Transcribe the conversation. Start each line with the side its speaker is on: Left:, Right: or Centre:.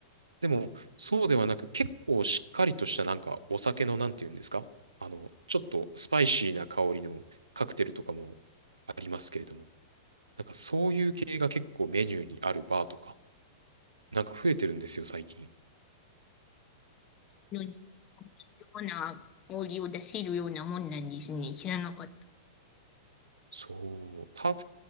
Right: でも、そうではなく、結構しっかりとしたなんかお酒のなんて言うんですかあの、ちょっとスパイシーな香りのカクテルとかもありますけれども、なんかそういう系が結構メニューにあるバーとか、なんか増えてるんですよ、最近。
Left: のに同じような香りを出せるようなもんなんですね。知らなかった。
Right: そう。た、